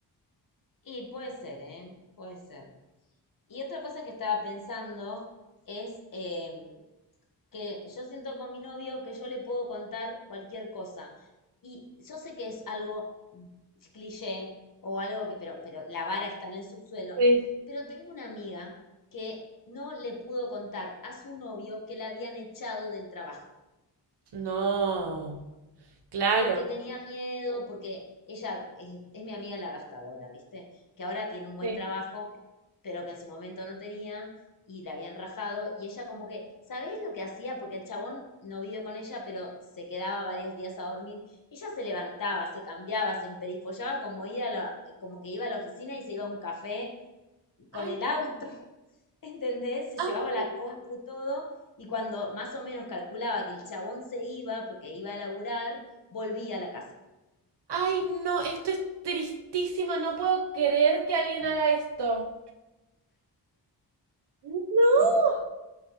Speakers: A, on the left (about 50°); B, on the right (about 75°).
A: Y puede ser, ¿eh? Puede ser. Y otra cosa que estaba pensando es em, que yo siento con mi novio que yo le puedo contar cualquier cosa. Y yo sé que es algo cliché o algo que, pero, pero la vara está en el subsuelo.
B: Sí,
A: Pero tengo una amiga que no le pudo contar a su novio que la habían echado del trabajo
B: No, claro.
A: porque tenía miedo, porque ella es, es mi amiga la gastadora, ¿viste? Que ahora tiene un buen
B: sí.
A: trabajo, pero que en su momento no tenía y la habían rajado. Y ella como que, ¿sabés lo que hacía? Porque el chabón no vive con ella, pero se quedaba varios días a dormir. Ella se levantaba, se cambiaba, se emperifollaba como, ir a la- como que iba a la oficina y se iba a un café con
B: Ay,
A: el auto, <laughs> ¿entendés? Se llevaba
B: ay,
A: la compu, todo, y cuando más o menos calculaba que el chabón se iba, porque iba a laburar, volvía a la casa.
B: ay, no, esto es tristísimo, no puedo creer que alguien haga esto. No.
A: Sí.